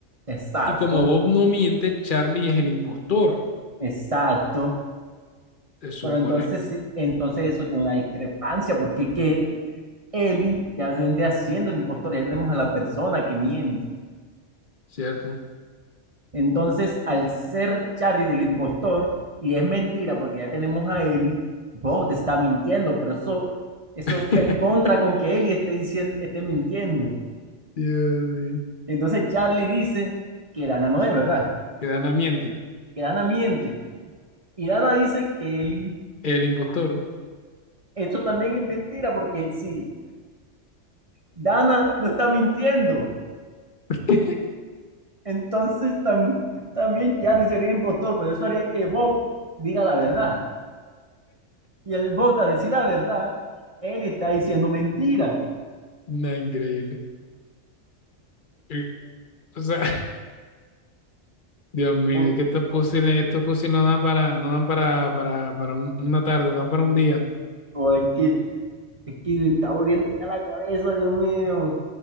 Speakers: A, on the right (about 30°); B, on the left (about 45°).
A: Exacto,
B: Y como Bob no miente, Charlie es el impostor,
A: exacto.
B: se supone,
A: Pero entonces, sí, entonces eso tiene una discrepancia, porque que Eli ya vendría haciendo el impostor, ya tenemos a la persona que miente.
B: ¿cierto?
A: Entonces, al ser Charlie el impostor, y es mentira porque ya tenemos a Eli, Bob te está mintiendo, pero eso, eso
B: <laughs>
A: está en contra con que Eli esté, diciendo, esté mintiendo.
B: Dios mío.
A: Entonces, Charlie dice que Dana no es verdad,
B: Que Dana miente,
A: que Dana miente. Y Dana dice que Eli,
B: el impostor.
A: esto también es mentira porque si Dana no está mintiendo,
B: <laughs>
A: Entonces tam- también Charlie sería impostor, pero eso haría que Bob diga la verdad. Y el Bob a decir la verdad, él está diciendo mentira.
B: ¡Nada increíble. Eh, O sea, <laughs> Dios mío,
A: O,
B: es que estos puzzles,
A: o-
B: estos puzzles no dan para, no dan para, para, para un- una tarde, dan para un día.
A: o es que, es que me está volviendo ya la cabeza, Dios mío.